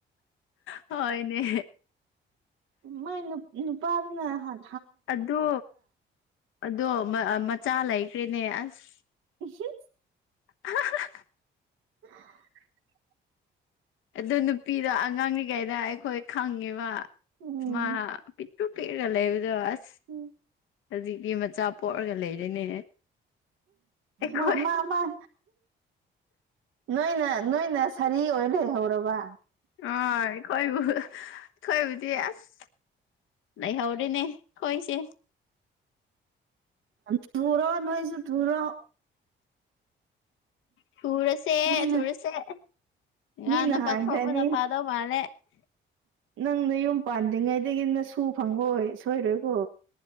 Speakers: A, on the left; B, on the right.
A: ꯍꯥ ꯍꯣꯢꯅꯦ
B: ꯃꯥꯢ ꯅꯨꯞ ꯅꯨꯄꯥꯥꯗꯨ ꯅꯍꯥꯟ
A: ꯑꯗꯨ ꯑꯗꯣ ꯑꯥ ꯃꯆꯥ ꯂꯩꯈ꯭ꯔꯦꯅꯦ ꯑꯁ
B: ꯎꯍꯥ
A: ꯍꯥ ꯍꯥ ꯍꯥ
B: <inaudible>
A: ꯑꯗꯨ ꯅꯨꯄꯤꯗꯣ ꯑꯉꯥꯡꯔꯤꯉꯩꯗ ꯑꯩꯈꯣꯏ ꯈꯪꯉꯦꯕ
B: ꯎꯝ
A: ꯃꯥ ꯄꯤ ꯇ꯭ꯔꯨ ꯄꯤꯛꯔꯒ ꯂꯩꯕꯗꯣ ꯑꯁ
B: ꯎꯝ
A: ꯍꯧꯖꯤꯛꯇꯤ ꯃꯆꯥ ꯄꯣꯛꯔꯒ ꯂꯩꯔꯦꯅꯦ ꯑꯩꯈꯣꯏ
B: ꯃꯥ ꯃꯥ ꯃꯥ ꯍꯥ ꯅꯣꯏꯅ ꯅꯣꯏꯅ ꯁꯥꯔꯤ ꯑꯣꯏꯔ ꯂꯩꯍꯧꯔꯕ
A: ꯑꯣꯢ ꯈꯣꯏꯕꯨ ꯈꯣꯏꯕꯨꯗꯤ ꯑꯁ ꯂꯩꯍꯧꯔꯦꯅꯦ ꯈꯣꯏꯁꯦ
B: ꯍꯟꯊꯨꯔꯣ ꯅꯣꯏꯖꯨ ꯊꯨꯔꯣ
A: ꯊꯨꯔꯁ ꯁꯦ
B: ꯃꯤꯅ
A: ꯊꯨꯔꯁꯦ ꯉꯥꯟꯅ
B: ꯃꯤꯅ ꯍꯥꯟꯈ꯭ꯔꯅꯤ
A: ꯄꯟꯊꯣꯛꯄꯅ ꯐꯥꯗꯧ ꯃꯥꯜꯂꯦ
B: ꯅꯪ ꯅꯌꯨꯝ ꯄꯥꯟꯗ꯭ꯔꯤꯉꯩꯗꯒꯤ ꯅꯁꯨ ꯐꯪꯉꯣꯏ ꯁꯣꯏꯔꯣꯏꯀꯣ